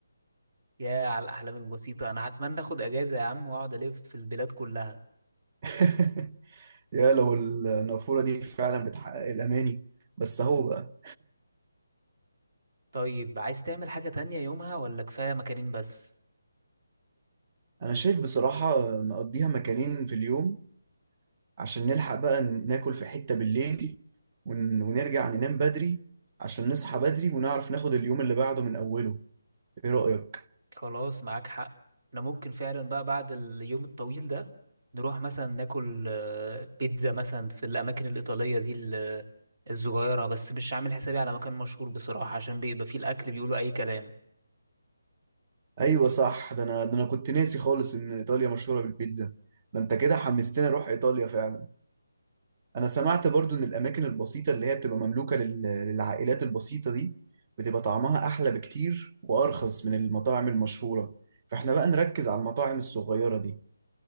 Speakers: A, on the right; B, on the right.
A: يا على الاحلام البسيطة انا هتمنى اخد اجازة يا عم واقعد الف في البلاد كلها
B: <laughs> يا لو النافورة دي فعلا بتحقق الأماني بس هو بقى
A: طيب عايز تعمل حاجة تانية يومها ولا كفاية مكانين بس
B: أنا شايف بصراحة نقضيها مكانين في اليوم عشان نلحق بقى ن- ناكل في حتة بالليل ون- ونرجع ننام بدري عشان نصحى بدري ونعرف ناخد اليوم اللي بعده من أوله إيه رأيك؟
A: خلاص معاك حق احنا ممكن فعلا بقى بعد اليوم الطويل ده نروح مثلا ناكل آه، بيتزا مثلا في الاماكن الايطالية دي ال- الصغيرة بس مش عامل حسابي على مكان مشهور بصراحة عشان بيبقى فيه الاكل بيقولوا اي كلام
B: أيوة صح ده أنا ده أنا كنت ناسي خالص إن إيطاليا مشهورة بالبيتزا ده أنت كده حمستني أروح إيطاليا فعلا انا سمعت برضو ان الاماكن البسيطه اللي هي بتبقى مملوكه لل- للعائلات البسيطه دي بتبقى طعمها احلى بكتير وارخص من المطاعم المشهوره فاحنا بقى نركز على المطاعم الصغيره دي